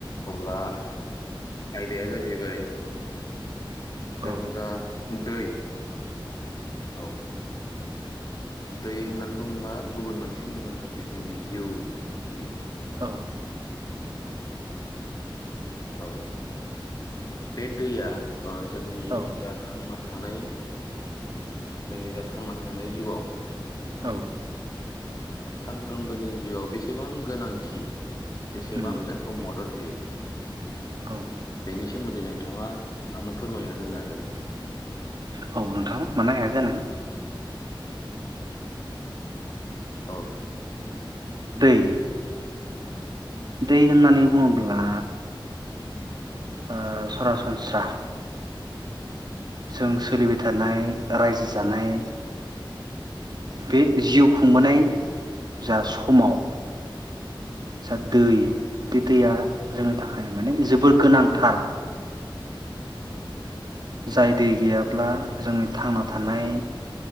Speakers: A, on the left (about 45°); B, on the right (about 50°).
A: अब्ला आयदाया जाहैबाय जों
B: औ
A: जा दै औ दै होननानै बुङोबा गुबुन मोनसे मुङानो जाबाय जोंनि जिउ। बे
B: औ
A: औ बे दैया ओ जोंनि
B: औ
A: जा थांना थानाय। जोंनि जा थांना थानाय जिउआव
B: औ
A: सानफ्रोमबोनि जिउआव बेसेबां गोनांथि बेसेबां
B: उम
A: जोंखौ मदद होयो
B: औ
A: बेनि सोमोन्दै नोंथाङा आंनो फोरमायना होनो
B: औ नोंथां मानो हा या जानो।
A: औ
B: दै दै होननानै बुङोब्ला ओ सरासनस्रा जों सोलि थानाय रायजो जानाय बे जिउ खुंबोनाय जा समाव जा दै बे दैया जोंनि थाखाय माने जोबोर गोनांथार। जाय दै गैयाब्ला जोंनि थांना थानाय